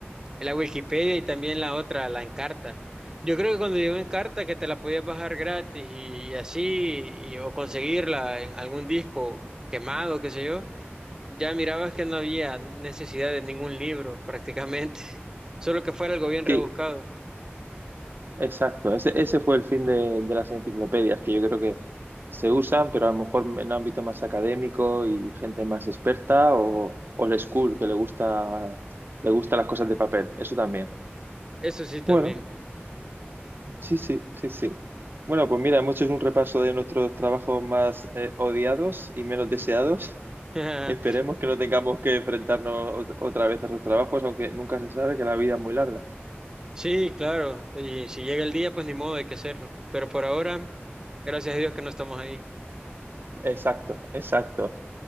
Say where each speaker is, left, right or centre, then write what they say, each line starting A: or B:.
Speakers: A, on the right; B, on the right.
A: La Wikipedia y también la otra, la Encarta. Yo creo que cuando llegó Encarta que te la podías bajar gratis y, y así, y- o conseguirla en algún disco quemado, qué sé yo, ya mirabas que no había necesidad de ningún libro prácticamente, <laughs> solo que fuera algo bien rebuscado.
B: Sí, exacto. Ese, ese fue el fin de, de las enciclopedias, que yo creo que se usan, pero a lo mejor en el ámbito más académico y gente más experta o old
A: Ujú.
B: school, que le gusta, le gusta las cosas de papel. Eso también.
A: Eso sí también.
B: Bueno. Sí, sí, sí, sí. Bueno, pues mira, hemos hecho un repaso de nuestros trabajos más eh, odiados y menos deseados.
A: <laughs>
B: Esperemos que no tengamos que enfrentarnos ot- otra vez a esos trabajos, aunque nunca se sabe que la vida es muy larga.
A: Sí, claro, y si llega el día, pues ni modo, hay que hacerlo. Pero por ahora, gracias a Dios que no estamos ahí.
B: Exacto, exacto.